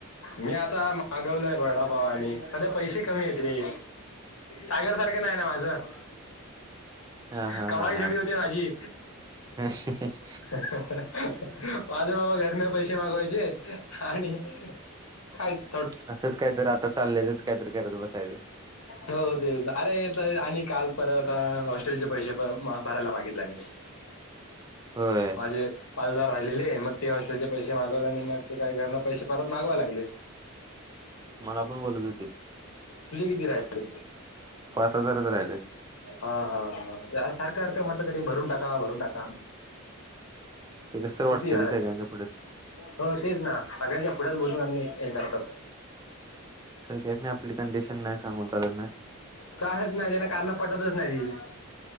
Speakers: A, on the left; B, on the right.
A: मी आता मागवलाय वडाप पव आणि, सध्या पैसे कमी येत रे. सागर सारखं नाही ना माझं.
B: हा हा
A: कमाई
B: हा हा
A: थोडी होते माजी.
B: असंच
A: माझं बाबा घरने पैसे मागवायचे, आणि खायच्
B: असंच काहीतरी आता चाललेलस् काहीतरी करत बसायचं.
A: हो तेज आरे तय आणि काल परत अ हॉस्टेलचे पैसे ब म अं भरायला मागितले आणि.
B: होय
A: माजे पाच हजार राहिलेले म ते हॉस्टेलचे पैसे मागवले आणि म ते काही घरना पैसे परत मागवाव लागले
B: मला पण बोलत हुतीत.
A: तुझे किती राहिले?
B: हजारच राहिले
A: हां-हां-हां सारखं सारखं म्हणत तरी भरून टाका भरून टाका
B: ते कस तर वाटते
A: किती
B: रे
A: आरे?
B: सगळ्यांच्या पुढे
A: हो तेच ना सगांच्या कुढच बोलून आणि हे करतात.
B: सगळ्यासनी आपली कंडिशन नाही सांगून चालत ना
A: चालत नाय, त्यांना कारनं पटतच नाही त